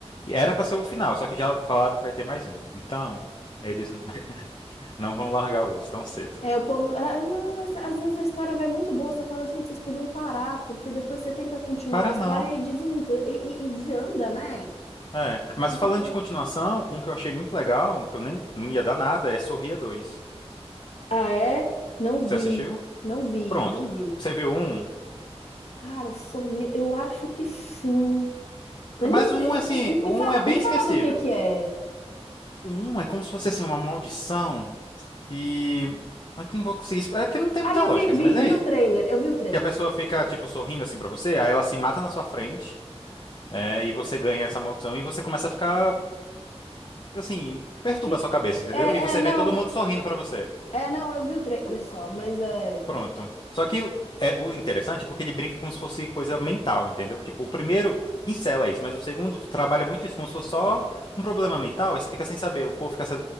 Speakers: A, on the left (about 45°); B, on the left (about 70°).
A: E Era pra ser o final, só que já falaram que vai ter mais um, então eles <laughs> não vão largar o osso tão cedo.
B: É, o povo. Ah, ah, não, às, às vezes a história vai muito boa. Você fala, gente, vocês podiam parar, porque depois você tenta continuar
A: Para
B: a história
A: não.
B: e, desenga... e, e- e desanda, né?
A: É. Mas
B: Aí
A: falando
B: você fala,
A: de continuação, um que eu achei muito legal, que eu nem não ia dar nada, é Sorria dois.
B: ah, é? Não vi,
A: Você assistiu?
B: não vi,
A: Pronto.
B: não vi.
A: Você viu um?
B: Cara, sorri, eu acho que sim. Eu
A: Mas
B: não me
A: um,
B: lembro.
A: assim,
B: Me, me- me
A: um
B: fala,
A: é bem
B: me fala
A: esquecível.
B: do que que é.
A: Um é como se fosse, assim, uma maldição e... É que eu não vou conseguir... explicar, É que não tem muita
B: Aí
A: lógica,
B: eu vi,
A: assim,
B: vi,
A: mas é
B: vi
A: isso.
B: o trailer, eu vi o trailer.
A: Que a pessoa fica, tipo, sorrindo, assim, pra você, aí ela se mata na sua frente, é, e você ganha essa maldição e você começa a ficar, assim, perturba
B: Se-
A: a sua cabeça, entendeu?
B: É,
A: E você
B: é,
A: vê
B: não.
A: todo mundo sorrindo pra você.
B: É, não, eu vi o trailer só, mas é.
A: Pronto. Só que o- é o interessante é porque ele brinca como se fosse coisa mental, entendeu? Tipo, o primeiro pincela isso, mas o segundo trabalha muito isso como se fosse só um problema mental, aí você fica sem saber, o povo fica sa-